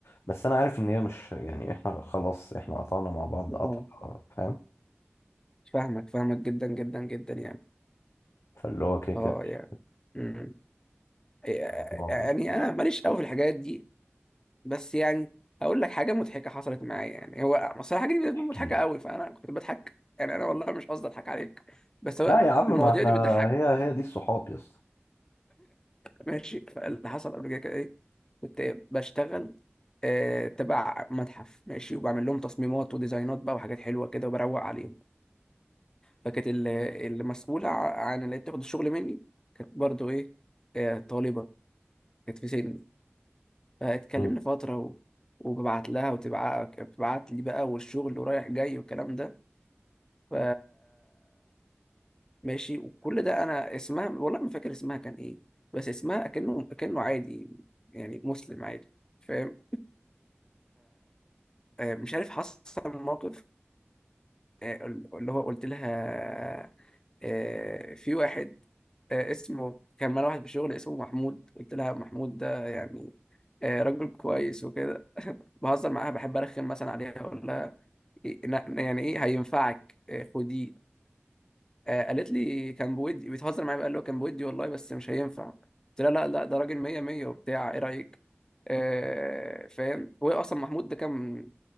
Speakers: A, on the left (about 70°); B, on the left (about 15°).
A: بس انا عارف ان هي مش يعني احنا خلاص احنا قطعنا مع بعض قطع
B: آه،
A: فاهم
B: فاهمك فاهمك جدا جدا جدا يعني
A: فاللي هو كده كده
B: اه
A: مش
B: يعني مم. يعني
A: الموضوع
B: انا ماليش قوي في الحاجات دي بس يعني هقول لك حاجه مضحكه حصلت معايا يعني هو اصل الحاجه دي بالنسبه
A: احكي
B: لي مضحكه
A: لي
B: قوي فانا كنت بضحك يعني انا والله مش قصدي اضحك عليك بس هو
A: لا يا عم
B: المواضيع
A: ما احنا
B: دي بتضحك
A: هي هي دي الصحاب يا اسطى
B: ماشي فاللي حصل قبل كده كان ايه كنت بشتغل آه، تبع متحف ماشي وبعمل لهم تصميمات وديزاينات بقى وحاجات حلوه كده وبروق عليهم فكانت ال- المسؤوله ع- عن اللي بتاخد الشغل مني كانت برضو ايه آه، طالبه كانت في سني فاتكلمنا
A: مم.
B: فتره و... وببعت لها وتبعت بتبعت لي بقى والشغل ورايح جاي والكلام ده ف ماشي وكل ده انا اسمها والله ما فاكر اسمها كان ايه بس اسمها اكنه اكنه عادي يعني مسلم عادي فاهم فمش عارف حصل موقف آه، اللي هو قلت لها آه، في واحد آه، اسمه كان معانا واحد في الشغل اسمه محمود قلت لها محمود ده يعني آه، راجل كويس وكده <laughs> بهزر معاها بحب ارخم مثلا عليها اقول لها إيه- ن- يعني ايه هينفعك آه، خديه آه، قالت لي كان بودي بتهزر معايا بقى اللي هو كان بودي والله بس مش هينفع قلت لها لا لا ده راجل مية مية وبتاع ايه رأيك آه فاهم هو اصلا محمود ده كان